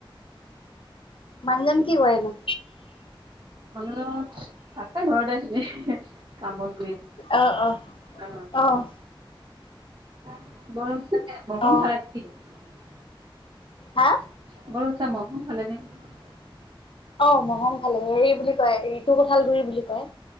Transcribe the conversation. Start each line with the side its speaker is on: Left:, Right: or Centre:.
Left: মানুজন কি কৰেনো
Right: মানুজন আছে ঘৰতে আছিলি কাম কৰি
Left: অহ অহ
Right: অ
Left: অহ
Right: <unintelligible>
Left: অ হা
Right: <unintelligible>
Left: অ মহং ফালে হেৰি বুলি কয় ৰিঋতু কোঁঠাল গুৰি বুলি কয়